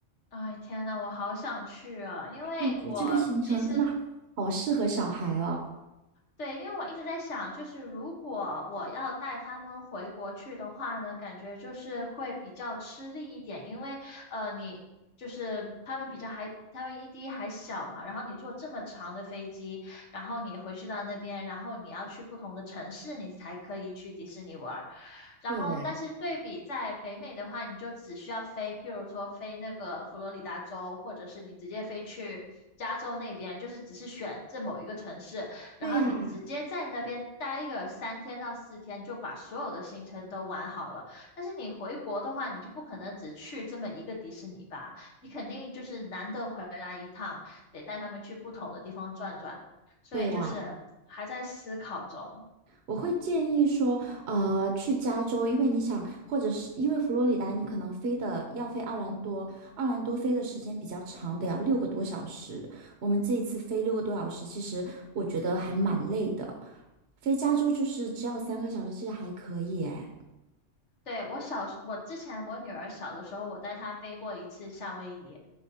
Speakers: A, on the left; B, on the right.
A: 哎，天呐，我好想去啊！因为我其实
B: 我觉得这个行程真的好好适合小孩哦。
A: 对，因为我一直在想，就是如果我要带他们回国去的话呢，感觉就是会比较吃力一点，因为呃，你就是他们比较还，他们一滴还小嘛，然后你坐这么长的飞机，然后你回去到那边，然后你要去不同的城市，你才可以去迪士尼玩儿。然后，
B: 对，
A: 但是对比在北美的话，你就只需要飞，譬如说飞那个佛罗里达州，或者是你直接飞去加州那边，就是只是选这某一个城市，然后你直接在那边待个三天到四天，
B: 对呀，
A: 就把所有的行程都玩好了。但是你回国的话，你就不可能只去这么一个迪士尼吧，你肯定就是难得回来一趟，得带他们去不同的地方转转。所以就是还在思考中。
B: 对呀。我会建议说，呃，去加州，因为你想，或者是因为佛罗里达，你可能飞的要飞奥兰多，奥兰多飞的时间比较长，得要六个多小时。我们这一次飞六个多小时，其实我觉得还蛮累的。飞加州就是只要三个小时，其实还可以诶。
A: 对，我小时，我之前我女儿小的时候，我带她飞过一次夏威夷。